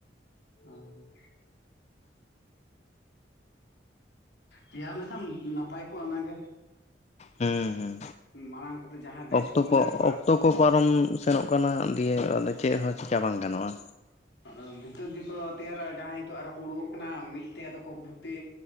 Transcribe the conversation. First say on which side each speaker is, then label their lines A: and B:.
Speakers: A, on the left; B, on the left.
A: ᱚᱝ᱾ ᱛᱤᱭᱟᱨ ᱞᱮᱱᱠᱷᱟᱱ ᱱᱟᱯᱟᱭ ᱠᱚᱜ-ᱟ ᱚᱱᱟ ᱜᱮ᱾
B: ᱦᱩᱸ ᱦᱩᱸ᱾
A: ᱢᱟᱲᱟᱝ ᱠᱚᱫᱚ ᱡᱟᱦᱟᱸᱭ ᱵᱮᱪ
B: ᱚᱠᱛᱚ ᱠᱚ
A: ᱢᱮᱱᱟᱜ ᱠᱚᱣᱟ
B: ᱚᱠᱛᱚ ᱠᱚ ᱯᱟᱨᱚᱢ ᱥᱮᱱᱚᱜ ᱠᱟᱱᱟ ᱫᱤᱭᱮ ᱟᱨ
A: ᱟᱫᱚ
B: ᱪᱮᱫ ᱦᱚᱸ ᱪᱮᱠᱟ ᱵᱟᱝ᱾ ᱜᱟᱱᱚᱜ-ᱟ᱾
A: ᱟᱫᱚ ᱵᱷᱤᱛᱟᱹᱨ ᱡᱩᱫᱤ ᱠᱚ ᱛᱮᱭᱟᱨᱟ ᱡᱟᱦᱟᱸᱭ ᱦᱤᱸᱛᱚᱜ ᱟᱨ ᱦᱚᱸ ᱠᱚ ᱩᱰᱩᱠᱚᱜ ᱠᱟᱱᱟ ᱢᱤᱫᱛᱮ ᱟᱫᱚ ᱠᱚ ᱵᱷᱩᱛᱛᱤᱼᱼ